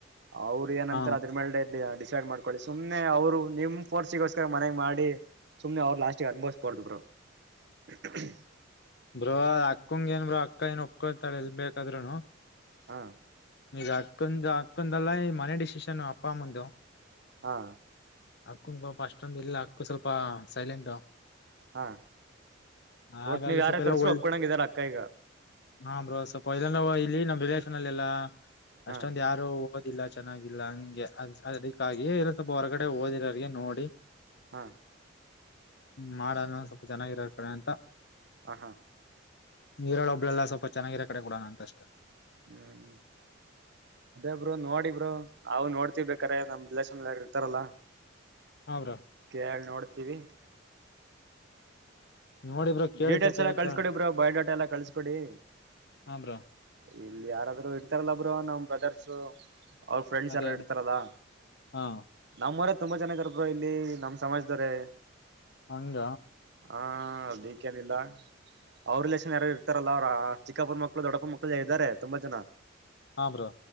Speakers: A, on the right; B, on the left.
A: ಅವರು ಏನಂತಾರೆ
B: ಹಾ
A: ಅದ್ರ ಮೇಲೆ ಡಿಸೈಡ್ ಮಾಡಕೊಳ್ಳಿ ಸುಮ್ನೆ ಅವ್ರು ನಿಮ್ ಫೋರ್ ಸಿಗೋಸ್ಕರ ಮನೆಗ್ ಮಾಡಿ ಸುಮನೆ ಅವ್ರು ಲಾಸ್ಟಿಗೆ ಅನುಭವಿಸಬಾರದು <unintelligible>
B: ಬ್ರೋ ಅಕ್ಕಂಗ ಏನ್ ಬ್ರೋ ಅಕ್ಕ ಏನ್ ಒಪ್ಕೊತಾಳೆ ಎಲ್ಲಿ ಬೇಕಾದ್ೂನು
A: ಹಾ
B: ಈಗ ಅಕ್ಕಂದ ಅಕ್ಕಂದಲ್ಲಾ ಈ ಮನೆ ಡಿಸಿಷನ್ ಅಪ್ಪಮ್ಮಂದು
A: ಹಾ
B: ಅಕ್ಕನ್ ಪಾಪ ಅಷ್ಟೊಂದು ಇಲ್ಲ ಅಕ್ಕು ಸ್ವಲ್ಪ ಸೈಲೆಂಟ್
A: ಹಾ
B: ಹಾಗಾಗಿ
A: ಒಟ್ನಿಗೆ ಯಾರ
B: ಸ್ವಲ್ಪ
A: ತರ್ಸ್ರರು
B: ಎಲ್ಲ ಒಳ್
A: ಒಪ್ಕಳಂಗಿದಾರ ಅಕ್ಕ ಈಗ
B: ಹಾ ಬ್ರೋ ಸ್ವಲ್ಪ ಇ ನ ಇಲ್ಲಿ ನಮ್ ರಿಲೇಷನ್ ಅಲ್ಲ ಎಲ್ಲಾ
A: ಹಾ
B: ಅಷ್ಟೊಂದ್ ಯಾರು ಓ ಇಲ್ಲ ಚೆನ್ನಾಗಿಲ್ಲ ಹಂಗೆ ಅ ಅದಕ್ಕಾಗಿ ಸ್ವಲ್ಪ ಹೊರಗಡೆ ಓದಿರರ್ಗೆ ನೋಡಿ
A: ಹಾ
B: ಹ್ಮ್ ಮಾಡಲ್ಲ ಸ್ವಲ್ಪ ಚೆನ್ನಾಗಿರೋಾರ ಕಡೆ ಅಂತ
A: ಹಂ ಹಾ
B: ನೀರಳ ಒಬ್ಳೆಲ್ಲ ಸ್ವಲ್ಪ ಚೆನ್ನಾಗಿರ ಕಡೆ ಕೊಡಣ ಅಂತಷ್ಟ
A: ಹ್ಮ್ ಅದೇ ಬ್ರೋ ನೋಡಿ ಬ್ರೋ ನಾವು ನೋಡ್ತಿರ್ಬೇಕೇಕಾರೆ ನಮ್ ರಿಲೇಷನ್ ಯಾರು ಇರ್ತಾರಲ್ಲಾ ಇ <inaudible>
B: ಹ ಬ್ರೋ
A: ಕೇಳ್ ನೋಡ್ತೀವಿ
B: ನೋಡಿ ಬ್ರೋ ಕೇಳಿ
A: ಡೀಟೇಲ್ಸ್
B: ಸ್ವಲ್ಪ
A: ಎಲ್ಲ
B: ಯಾರತ್ರ
A: ಕಳ್ಸಕೊಡಿ ಬ್ರೋ ಬಯೋಡಾಟಾ ಎಲ್ಲಾ ಕಳ್ಸಕೊಡಿ
B: ಹಾ ಬ್ರೋ
A: ಇಲ್ಲಿ ಯಾರಾದ್ರರು ಇಡ್ತಾರಲ್ಲಬ್ರು ನಮ್ ಬ್ರದರ್ಸ ಅವ್ರ ಫ್ರೆಂಡ್ಸ್
B: ಅದೇ
A: ಯಾರ
B: ಅದೇ
A: ಇಡ್ತಾರದಾ
B: ಹಾ
A: ನಮ್ಮ್ವರ ತುಂಬಾ ಜನ ಇದಾರ ಬ್ರು ಇಲ್ಲಿ ನಮ್ಮ್ ಸಮಾಜದವರೆೇ
B: ಹಂಗ
A: ಹಾ ಅ ದಕ್ಕಾನಿಲ್ಲ ಅವ್ರ ರಿಲೇಷನ್ ಯಾರು ಇರ್ತಾರಲ್ಲ ಅವ್ ಆ ಚಿಕ್ಕಪ್ಪನ ಮಕ್ಕಳು ದೊಡ್ಡಪನ್ ಮಕ್ಕಳಲ್ಲ ಇದ್ದಾರೆ ತುಂಬಾ ಜನ
B: ಹಾ ಬ್ರೋ